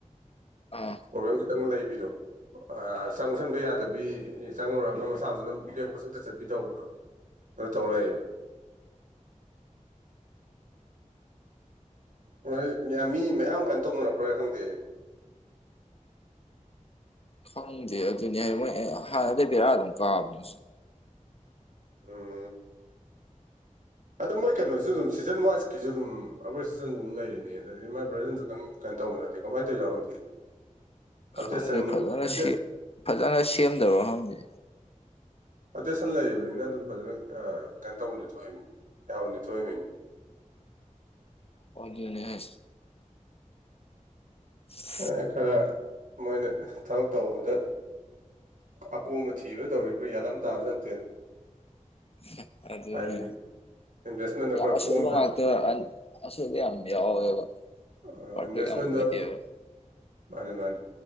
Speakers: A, on the left; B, on the right.
A: ꯎꯝ
B: ꯄ꯭ꯔꯣꯕ꯭ꯂꯦꯝ ꯈꯤꯇꯪ ꯂꯩꯕꯤꯗꯣ ꯆꯪꯁꯟꯕ ꯌꯥꯗꯕꯤ ꯆꯪꯉꯨꯔꯒ ꯃꯁꯥ ꯃꯖꯅ ꯕꯦꯡ ꯄ ꯆꯠꯇ ꯆꯠ ꯤ ꯇꯧꯕꯗꯣ ꯑꯗꯨ ꯇꯧꯔꯛꯑꯦꯕ ꯍꯣꯏ ꯌꯥꯝ ꯃꯤ ꯃꯌꯥꯝ ꯀꯩꯅꯣ ꯇꯧꯅꯔꯛꯄ꯭ꯔꯥ ꯈꯪꯗꯦꯅꯦ
A: ꯈꯪꯗꯦ ꯑꯗꯨꯅꯤ ꯍꯥꯏ ꯃꯣꯏ ꯍꯥꯟꯅꯗꯤ ꯕꯦꯔꯥ ꯑꯗꯨꯝ ꯀꯥꯕꯅꯦ
B: ꯑ ꯑꯗꯨꯝ ꯃꯣꯏ ꯀꯩꯅꯣꯁꯨ ꯑꯗꯨꯝ ꯁꯤꯖꯟ ꯋꯥꯏꯁꯀꯤꯁꯨ ꯑꯗꯨꯝ ꯑꯩꯈꯣꯏ ꯁꯤꯖꯟꯁꯨ ꯑꯗꯨꯝ ꯂꯩꯔꯤꯅꯦ ꯑꯗꯨꯗꯗꯤ ꯃꯥꯏ ꯕ꯭ꯔꯖꯟꯁꯨ ꯀꯩꯝ ꯇꯧꯕ ꯅꯠꯇꯦ ꯀꯃꯥꯏꯅ ꯇꯧꯏ ꯖꯥꯠꯅꯣ ꯈꯪꯗꯦ ꯑꯟꯇꯦꯁꯇꯥꯏꯟ
A: ꯈꯪꯗꯦ ꯐꯖꯅ
B: ꯏꯟꯇꯦ__
A: ꯁꯤ ꯐꯖꯅ ꯁꯦꯝꯗꯕ꯭ꯔꯥ ꯈꯪꯗꯦ
B: ꯑꯇꯦꯁꯟ ꯂꯩꯔꯤꯕꯅꯤꯅ ꯑꯗꯨꯝ ꯐꯖꯅ ꯑ ꯀꯩꯟ ꯇꯧꯕꯝꯗꯤ ꯊꯣꯛꯏꯝꯅꯤ ꯌꯥꯕꯝꯗꯤ ꯊꯣꯛꯏꯝꯅꯤ
A: ꯑꯣꯗꯨꯅꯦ ꯍꯥꯏꯁꯦ <unintelligible>
B: <unintelligible> ꯈꯔ ꯃꯣꯏꯅ ꯊꯕꯛ ꯇꯧꯕꯗ ꯑꯀꯣꯝꯕ ꯊꯤꯕꯗ ꯇꯧꯔꯤꯕ꯭ꯔꯥ ꯒ꯭ꯌꯥꯟ ꯑꯝ ꯇꯥꯕ ꯖꯥꯠ ꯅꯠꯇꯦꯗ
A: <unintelligible> ꯑꯗꯨꯅꯦ
B: ꯍꯥꯏꯗꯤ ꯏꯟꯚꯦꯁꯃꯦꯟꯗꯣ
A: ꯌꯥꯝ
B: ꯈꯔ
A: ꯑꯁꯣꯏꯕ
B: ꯀꯣꯝꯅ
A: ꯉꯥꯛꯇ ꯑꯟ__ ꯑꯁꯣꯏꯕ ꯌꯥꯝ ꯌꯥꯎꯋꯦꯕ
B: ꯑ
A: ꯄꯔꯐꯦꯛ
B: ꯏꯟꯚꯦꯁꯃꯦꯟꯗ
A: ꯌꯥꯝ ꯑꯣꯏꯗꯦꯕ
B: ꯃꯥꯅꯦ ꯃꯥꯅꯦ